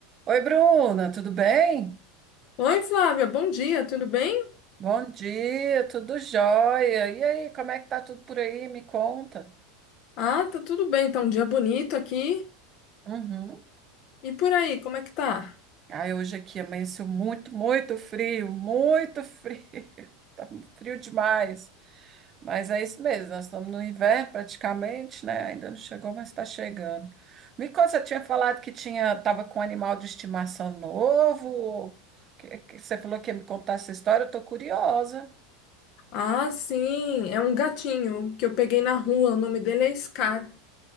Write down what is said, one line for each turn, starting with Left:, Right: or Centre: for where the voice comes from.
Right: Oi, Bruna, tudo bem?
Left: Oi, Flávia, bom dia, tudo bem?
Right: Bom dia, tudo jóia. E aí, como é que tá tudo por aí? Me conta.
Left: Ah, tá tudo bem, tá um dia bonito aqui.
Right: Uhum.
Left: E por aí, como é que tá?
Right: Ai, hoje aqui amanheceu muito, muito frio, muito frio. <laughs> Tá frio demais. Mas é isso mesmo, nós estamos no inverno praticamente, né? Ainda não chegou, mas está chegando. Me conta, você tinha falado que tinha, tava com um animal de estimação novo? Ou Que, que você falou que ia me contar essa história, eu tô curiosa.
Left: Ah, sim, é um gatinho que eu peguei na rua, o nome dele é Scar.